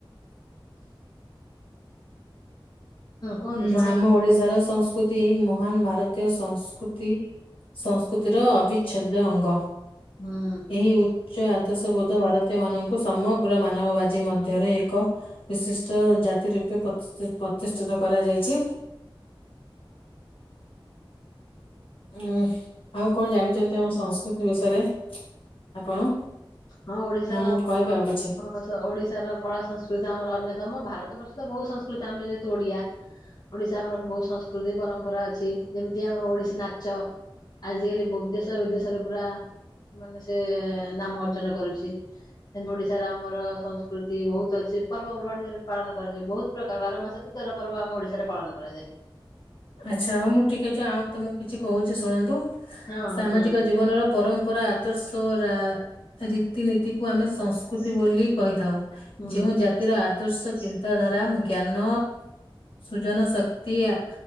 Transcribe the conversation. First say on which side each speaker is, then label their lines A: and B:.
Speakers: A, on the left; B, on the left.
A: କୁହନ୍ତୁ
B: ହୁଁ
A: ପଢନ୍ତୁ
B: ଆମ ଓଡିଶାର ସଂସ୍କୃତି ଏହି ମହାନ ଭାରତୀୟ ସଂସ୍କୃତି ସଂସ୍କୃତିର ଅବିଚ୍ଛେଦ ଅଙ୍ଗ
A: ହୁଁ
B: ଏହି ଉଚ୍ଚ ଆଦର୍ଶ ବୋଧ ଭାରତୀୟ ମାନଙ୍କୁ ସମଗ୍ର ମାନବବାଜିୀ ମଧ୍ୟରେ ଏକ ବିଶିଷ୍ଟ ଜାତି ରୂପେ ପ୍ରତିଷ୍ଠ ପ୍ରତିଷ୍ଠିତ। କରାଯାଇଛି। ଉଁ ଆଉ କଣ ଜାଣିଛନ୍ତି ଆମ ସଂସ୍କୃତି ବିଷୟରେ ଆପଣ
A: ହଁ ଓଡିଶାର
B: ନା ମୁଁ କହିବି
A: ଓଡିଶାର
B: ଆଉ କିଛି?
A: କଳା ସଂସ୍କୃତି ଆମର ଅନ୍ୟ ତମ ଭାରତ ବର୍ଷ ତ ବହୁତ ସଂସ୍କୃତି ଆମେ ଯେହେତୁ ଓଡିଆ। ଓଡିଶା ଆମର ବହୁ ସଂସ୍କୃତି ପରମ୍ପରା ଅଛି। ଯେମିତି ଆମର ଓଡିଶୀ ନାଚ ଆଜିକାଲି ଦେଶ ବିଦେଶରେ ପୁରା ମାନେ ସେ ନାମ ଅର୍ଜନ କରୁଛି। ତ ସେମତି ଓଡିଶାରେ ଆମର ସଂସ୍କୃତି ବହୁତ ଅଛି। ପର୍ବପର୍ବାଣିୀ ପାଳନ କରାଯାଏ। ବହୁତ ପ୍ରକାର ବାର ମାସ ତ ତେର ପର୍ବ ଆମ ଓଡିଶାରେ ପାଳନ କରାଯାଏ।
B: ଆଚ୍ଛା ହଉ ମୁଁ ଟିକେ <unintelligible> ଆଉ ତମକୁ କିଛି କହୁଛି ଶୁଣନ୍ତୁ।
A: ହଁ
B: ସାମାଜିକ
A: ଶୁଣନ୍ତୁ
B: ଜୀବନର ପରମ୍ ପୁରା ଆଦର୍ଶ ରା ରି ରୀତି ନୀତିକୁୁ ଆମେ ସଂସ୍କୃତି ବୋଲି କହିଥାଉ।
A: ହୁଁ
B: ଯେଉଁ ଜାତିର ଆଦର୍ଶ ଚିନ୍ତାଧାରା ଜ୍ଞାନ ସୁଜନ ଶକ୍ କ୍ତି ଆ